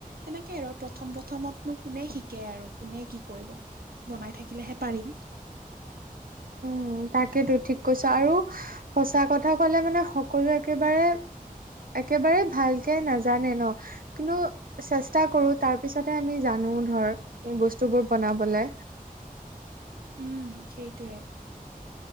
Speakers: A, on the right; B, on the right.
A: সেনেকে আৰু প্ৰথম প্ৰথমতনো কোনে শিকে আৰু কোনে কি কৰিব। বনাই থাকিলেহে পাৰিম।
B: উম, টাকেইতো ঠিক কৈছোঁ আৰু সচাঁ কথা ক'লে মানে সকলো একেবাৰে। একেবাৰে ভালকে নাজানে ন। কিন্তু, চেষ্টা কৰো তাৰ পিছতহে আমি জানো ধৰ বস্তুবোৰ বনাবলে।
A: উম, সেইটোৱে।